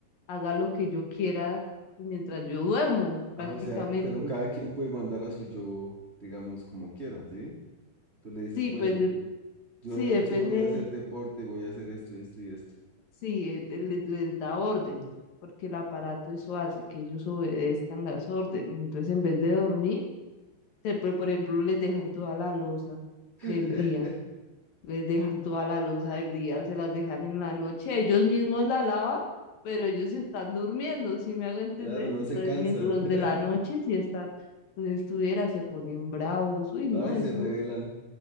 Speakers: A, on the left; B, on the right.
A: haga lo que yo quiera pues, mientras yo duermo, prácticamente.
B: Ah, o sea, pero cada quien puede mandar a su yo, digamos, como quiera, ¿sí? Tú le dices,
A: Sí,
B: bueno,
A: pues es-
B: yo, yo
A: sí,
B: de noche
A: depende,
B: voy a hacer deporte, voy a hacer esto y esto y esto.
A: sí, eh, te- les, les da orden, porque el aparato eso hace que ellos obedezcan las órdenes. Entonces en vez de dormir, se, pre- por ejemplo, les dejan toda la loza
B: <laughs>
A: del día. les dejan toda la loza del día, se las dejan en la noche, ellos mismos la lavan, pero ellos están durmiendo, ¿sí me hago entender?
B: Claro, no
A: Entonces,
B: se cansan.
A: mientras los de la noche,
B: <laughs>
A: si están, pues estuviera, se ponen bravos, uy, no,
B: Ay,
A: eso,
B: se rebelan.